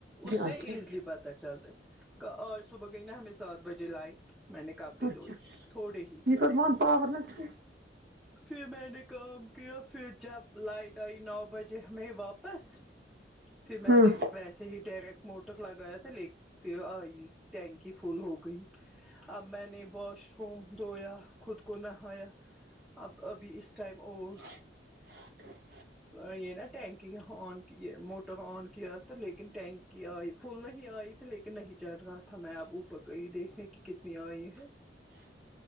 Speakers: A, in the centre; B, on the right.
A: اس سے
B: اچھا
A: ایزلی
B: اچھا
A: پتا چلتا آج صبح گئی نا ہمیں سات بجے لائٹ میں نے کاپڑے
B: اچھا
A: دوئے تھوڑے ہی تھے
B: یہ کر بند پاور نا چھوی
A: پھر میں نے کا و فو جب لائٹ آے نو بجے ہم واپس پھر میں
B: ہاں
A: نے ویسے سے ہی ڈائریکٹ موٹر لگایا تو لے پ آئی ٹینکی فل ہو گئی اب میں نے واش روم دھویا خود کو نہایا اب ابھی اس ٹائم اور
B: <inaudible>
A: یہ نا ٹینکی آن کیے موٹر آن کیا تو لیکن ٹینکی کہ آئی پل نہیں آئی تھی لیکن نہیں چڑھ رہا تھا میں اپ اوپرئی دیکھنے کہ کتنی آئی ہے
B: ج <inaudible>